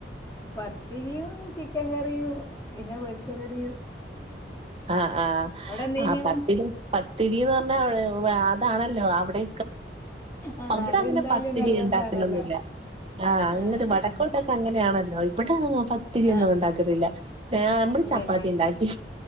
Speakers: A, on the left; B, on the right.
A: പത്തിരിയും ചിക്കൻ കറിയും പിന്നെ പൊരിച്ച കറിയും
B: ആഹ് ആഹ്
A: എന്തേനു
B: ആ പത്തിരി പത്തിരിന്ന് പറഞ്ഞാടെ അതാണല്ലോ അവിടെ
A: ആഹ്
B: അവിടെ
A: അതെന്തായാലും
B: അങ്ങനെ പത്തിരി
A: നിർബന്ധാണല്ലോ
B: ഉണ്ടാക്കണൊന്നില്ല ആ അങ്ങനെ
A: ആഹ്
B: വടക്കോട്ടക്കെ
A: ആഹ്
B: അങ്ങനെയാണല്ലോ ഇവിടെ പത്തിരിയൊന്നും
A: ആഹ്
B: ഉണ്ടാക്കറില്ല നമ്മള്
A: ഇല്ലല്ലേ
B: ചപ്പാത്തി ഇണ്ടാക്കി